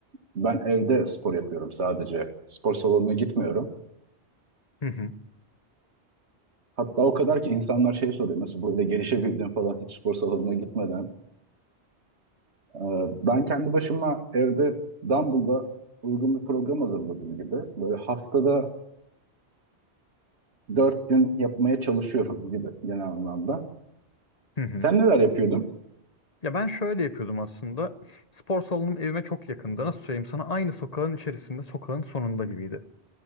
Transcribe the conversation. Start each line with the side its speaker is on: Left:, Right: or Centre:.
Right: ben evde spor yapıyorum sadece. Spor salonuna gitmiyorum.
Left: Hı hı.
Right: Hatta o kadar ki insanlar şey soruyor. Nasıl böyle gelişebildin falan hiç spor salonuna gitmeden. Ee, Ben kendi başıma evde Dumble'da uygun bir program hazırladım gibi. Böyle haftada dört gün yapmaya çalışıyorum gibi genel anlamda.
Left: Hı hı.
Right: Sen neler yapıyordun?
Left: Ya ben şöyle yapıyordum aslında. Spor salonum evime çok yakında. Nasıl söyleyeyim sana? Aynı sokağın içerisinde, sokağın sonunda gibiydi.